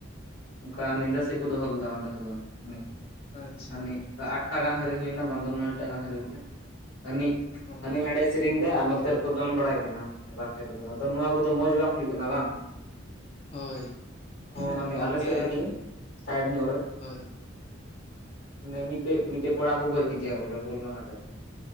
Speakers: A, on the left; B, on the left.
A: ᱚᱝᱠᱟ ᱱᱤᱫᱟᱹ ᱥᱮᱫ ᱠᱚ ᱫᱚᱦᱚ ᱞᱮᱫᱟ ᱚᱸᱰᱮ ᱠᱚᱫᱚ ᱱᱮ
B: ᱟᱪᱪᱷᱟ
A: ᱦᱟᱱᱤ ᱟᱴᱴᱟ ᱜᱟᱱ ᱦᱟᱹᱨᱤ ᱦᱩᱭᱱᱟ ᱵᱟᱝ ᱫᱚ ᱱᱚᱭᱴᱟ ᱜᱟᱱ ᱦᱟᱹᱨᱤ ᱵᱚᱞᱮ ᱦᱟᱱᱤ
B: ᱦᱳᱭ
A: ᱦᱟᱱᱤ ᱦᱟᱱᱰᱮ ᱥᱤᱨᱤᱧ ᱫᱟᱭ ᱟᱨ ᱱᱚᱛ ᱨᱮᱠᱚ ᱫᱚᱱ ᱵᱟᱲᱟᱭ ᱠᱟᱱᱟ ᱢᱟᱱᱮ ᱵᱟᱨᱦᱮ ᱨᱮᱫᱚ ᱟᱫᱚ ᱱᱚᱣᱟ ᱠᱚᱫᱚ ᱢᱚᱸᱡᱽ ᱦᱩᱭᱩᱜ ᱠᱟᱱᱟ ᱵᱟᱝ
B: ᱦᱳᱭ
A: ᱦᱚᱸ
B: ᱦᱮᱸ
A: ᱢᱟᱱᱮ
B: ᱜᱚᱝᱠᱮ
A: ᱟᱞᱮ ᱥᱮᱫ ᱨᱮᱜᱮ ᱥᱟᱭᱤᱰ ᱧᱚᱜ ᱨᱮ
B: ᱦᱳᱭ᱾
A: ᱚᱱᱮ ᱢᱤᱴᱮᱡ ᱢᱤᱴᱮᱡ ᱠᱚᱲᱟ ᱠᱚ ᱜᱚᱡ ᱠᱮᱫᱮᱭᱟ ᱵᱚᱞᱮ ᱦᱩᱞ ᱢᱟᱦᱟ ᱨᱮ